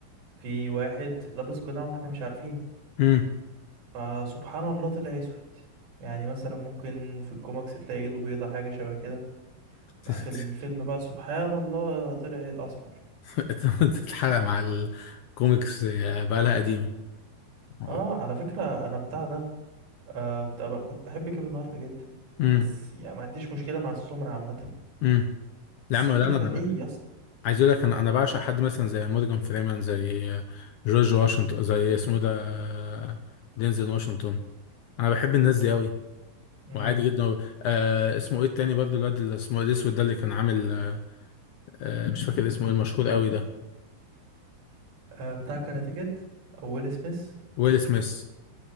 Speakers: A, on the right (about 85°); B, on the left (about 80°).
A: في واحد لابس قناع واحنا مش عارفين
B: امم
A: فسبحان الله طلع اسود يعني مثلا ممكن في الكوميكس تلاقي ايده بيضة حاجة شبه كده
B: <laughs>
A: لا في الفيلم بقى سبحان الله طلع اسمر
B: <laughs> تتحرق مع الكوميكس آه، بقى لها قديمه اه
A: اه على فكرة انا بتاع ده آه بتاع بقى كنت بحب كيفن هارت جدا
B: امم
A: بس يعني ما عنديش مشكلة مع السمر عامة
B: امم
A: بس
B: لا ما
A: الفكرة
B: لا، انا أنا
A: ليه
B: ب-
A: يا اسطى
B: عايز اقول لك انا انا بعشق حد مثلا زي مورجان فريمان زي جورج واشنطن زي اسمه ده دينزل واشنطن انا بحب الناس دي قوي
A: امم
B: وعادي جدا آه اسمه ايه التاني برضه الواد اللي اسمه إيه، الاسود ده اللي كان عامل آه آه، مش فاكر اسمه ايه المشهور قوي ده
A: آه بتاع كاراتيه كيد او ويل سميث
B: ويل سميث